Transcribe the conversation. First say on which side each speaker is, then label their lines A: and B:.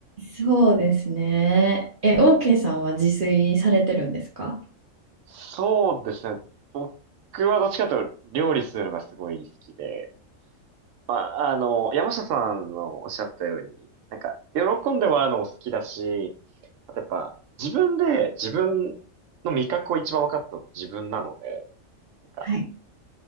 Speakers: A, on the right; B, on the right.
A: そうですね。え、OK さんは自炊されてるんですか
B: そうですね。僕はどっちかというと料理するのがすごい好きで、まあ、あの、山下さんのおっしゃったように、なんか、喜んでもらうのも好きだし、あとやっぱ、自分で自分の味覚を一番分かったのって自分なので、なんか、
A: はい。